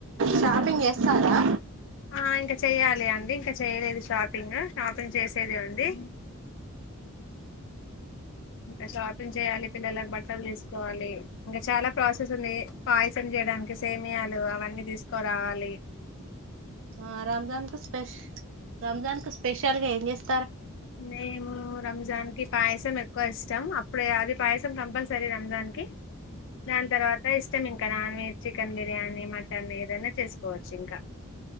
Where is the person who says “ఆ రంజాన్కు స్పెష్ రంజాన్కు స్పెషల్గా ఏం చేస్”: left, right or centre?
Right